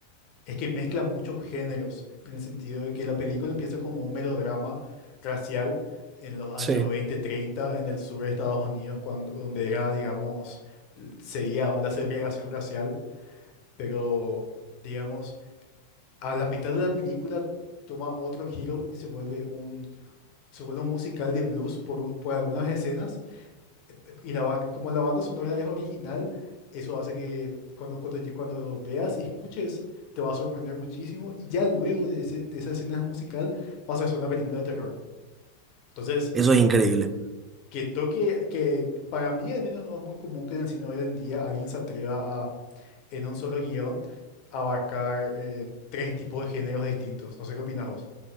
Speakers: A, on the left (about 45°); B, on the right (about 20°).
A: es que mezcla muchos géneros, en el sentido de que la película empieza como un melodrama racial en los años
B: Sí.
A: 20, 30 en el sur de Estados Unidos, cuando, donde era, digamos, l- seguía aún la segregación racial, pero, digamos, a la mitad de la película toma otro giro y se vuelve un, se vuelve un musical de blues por, un- por algunas escenas y la, ba- como la banda sonora es original, eso hace que cuando, cuando, lle- cuando veas y escuches, te va a sorprender muchísimo. Y ya luego de, ese- de esa escena musical, pasa a ser una película de terror. Entonces,
B: Eso es increíble.
A: que toque, que para mí al menos no es muy común que en el cine hoy en día alguien se atreva a, en un solo guión, abarcar eh, tres tipos de géneros distintos. No sé qué opinas vos.